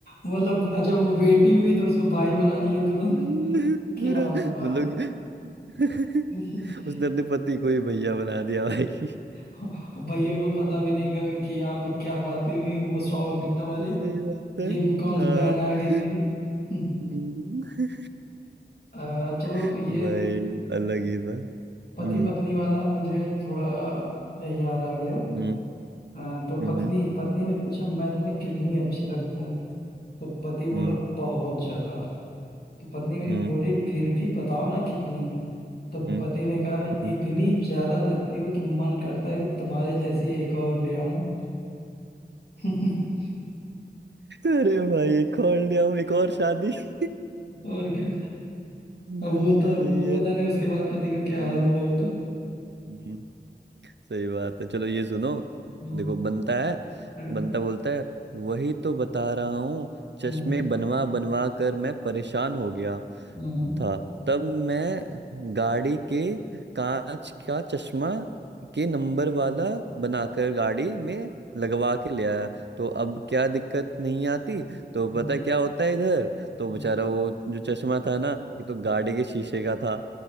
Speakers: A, on the left; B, on the right.
A: मतलब अच्छा वो बेटी हुई तो उसको भाई बना लिया तुरंत
B: पूरा
A: क्या बात
B: मतलब <laughs>
A: <laughs>
B: उसने अपने पति को ही भैया बना दिया भाई
A: है। भैया को पता भी नहीं क- कि यहाँ पे क्या बातें हुई वो शॉक्ड एकदम अरे
B: सही बात है
A: ये कौन
B: हाँ
A: सी बहन आ गई मेरी <laughs>
B: हम्म,
A: अ, चलो
B: भाई
A: ये
B: अलग ही था
A: पति
B: हम्म
A: पत्नी वाला मुझे थोड़ा याद आ गया
B: हम्म
A: अ, तो पत्नी
B: हम्म
A: पत्नी ने पूछा मैं तुम्हें कितनी अच्छी लगती हूँ तो पति बोला
B: हम्म
A: बहुत ज्यादा तो पत्नी भी
B: हम्म
A: बोली फिर भी बताओ ना कितनी तो
B: हम्म,
A: पति ने कहा
B: हम्म।
A: इतनी ज्यादा लगती हो कि मन करता है कि तुम्हारे जैसी एक और ले आऊं <laughs>
B: अरे भाई एक और ले आओ, एक और शादी सही
A: और क्या
B: है
A: अब
B: सही
A: वो तो वो
B: है
A: पता नहीं उसके बाद पति का क्या
B: हम्म,
A: हाल हुआ होगा
B: हम्म, सही बात है चलो ये सुनो
A: हम्म
B: देखो बनता है
A: अ,
B: बनता बोलता है वही तो बता रहा हूँ चश्मे
A: हम्म
B: बनवा बनवा कर मैं परेशान हो गया
A: हम्म
B: था तब मैं गाड़ी के कांच का चश्मा के नंबर वाला बनाकर गाड़ी में लगवा के ले आया तो अब क्या दिक्कत नहीं आती तो
A: हम्म,
B: पता क्या होता है इधर तो
A: हम्म।
B: बेचारा वो जो चश्मा था ना ये तो गाड़ी के शीशे का था